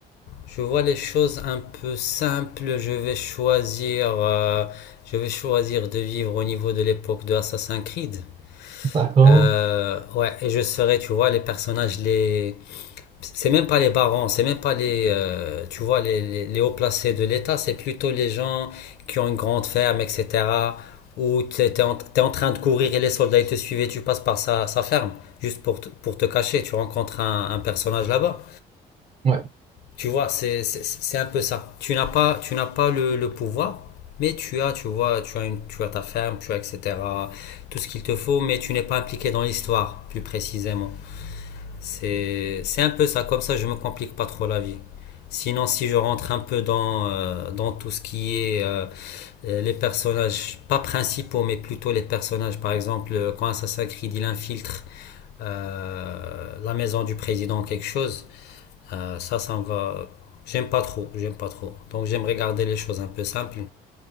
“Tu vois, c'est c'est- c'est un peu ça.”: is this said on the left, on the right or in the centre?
Left